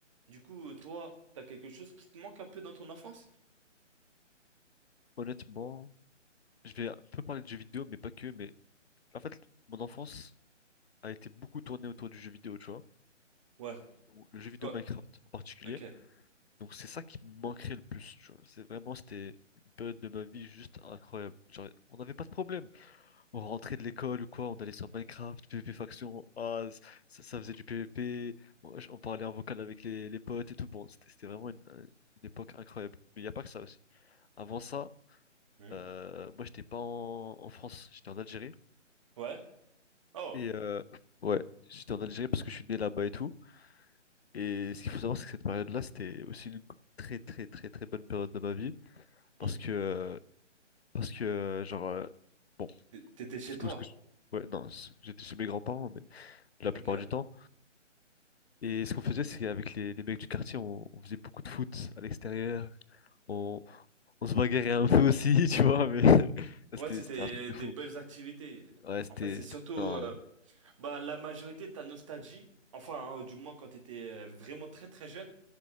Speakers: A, on the right (about 25°); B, on the left (about 55°).
A: Du coup, euh, toi, t'as quelque chose qui te manque un peu dans ton enfance?
B: Honnêtement, je vais un peu parler de jeux vidéo, mais pas que. Mais en fait, mon enfance a été beaucoup tournée autour du jeu vidéo, tu vois.
A: Ouais.
B: Ou Le jeu vidéo
A: Quoi?
B: Minecraft en particulier.
A: Ok.
B: Donc c'est ça qui me manquerait le plus, tu vois. C'est vraiment, c'était une période de ma vie juste incroyable. Genre, on n'avait pas de problème. On rentrait de l'école ou quoi, on allait sur Minecraft, PvP Faction, ah, ça, ça faisait du PvP. On, on parlait en vocal avec les, les potes et tout. Bon, c'était c'était vraiment une, une époque incroyable. Mais il n'y a pas que ça aussi. Avant ça,
A: Hmm.
B: euh, moi, j'étais pas en, en France, j'étais en Algérie.
A: Ouais. Oh.
B: Et euh, ouais, j'étais en Algérie parce que je suis né là-bas et tout. Et ce qu'il faut savoir, c'est que cette période-là, c'était aussi une très très très très bonne période de ma vie. Parce
A: Hmm.
B: que, euh, parce que euh, genre, euh, bon,
A: T- T'étais chez
B: parce que,
A: toi.
B: parce que- ouais, non, c- j'étais chez mes grands-parents, mais la
A: Ok.
B: plupart du temps. Et ce qu'on faisait, c'est avec les, les mecs du quartier, on, on faisait beaucoup de foot à l'extérieur. On, on se bagarrait un peu aussi, <laughs> tu vois, mais <laughs> c'était
A: Ouais, c'était
B: c'était un truc de
A: des
B: fou.
A: belles activités.
B: Ouais, c'était.
A: En fait, c'est
B: c'était-
A: surtout euh,
B: Non.
A: bah, la majorité de ta nostalgie. Enfin, hein, du moins quand t'étais euh, vraiment très très jeune,